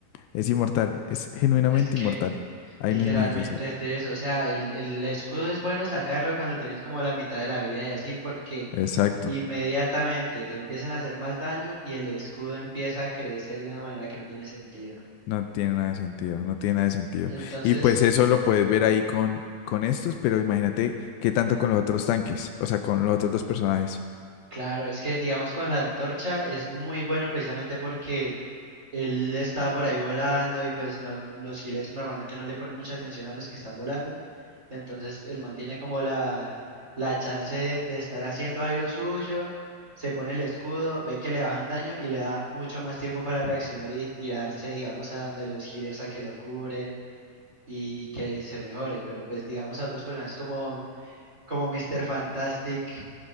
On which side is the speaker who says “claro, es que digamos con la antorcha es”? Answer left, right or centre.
Right